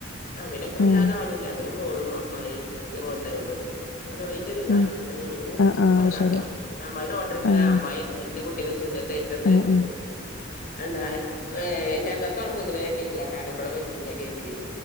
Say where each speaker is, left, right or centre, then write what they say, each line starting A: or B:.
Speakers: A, on the left (about 45°); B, on the left (about 85°).
A: അഹ് പിന്നെ വല്ലാതെ
B: ഉം
A: ആളുംല്ല ഒരു മോളും അമ്മായീം മോന്റെ ഉള്ളൂ അങ്ങനെ <unintelligible>
B: ഉം ആഹ് ആഹ് ശരി
A: അമ്മായി ഓർഡർ ഇട്ടണാ
B: ആഹ്
A: അമ്മായി ഇന്റെ കുട്ടീനെ സുന്നത്ത് കയിച്ചന്ന്
B: ആഹ് ആഹ്
A: അതെന്താ ഏഹ് ഞങ്ങക്കാണ് പൊതുവേ കേ‌ക്കിലോ കാരണം ഇവിടെ പ റ്റൂല കേക്ക്